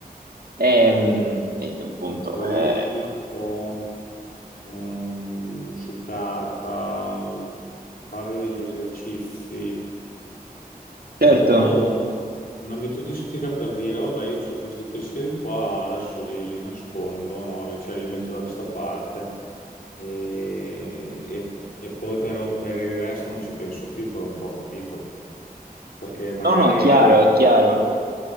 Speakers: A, on the right (about 80°); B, on the left (about 70°).
A: Ehm, E, che appunto,
B: periodi
A: eh,
B: un po' ehm, su carta, fare degli esercizi È
A: certo,
B: un po' una, una metodistica per dire, vabbè, io ho questi pensieri qua, adesso li, li nascondo, no? Li, cioè, li metto da questa parte e, e- e poi però per il resto non ci penso più per un po', capito? Perché magari
A: no, no, è chiaro,
B: è
A: è chiaro.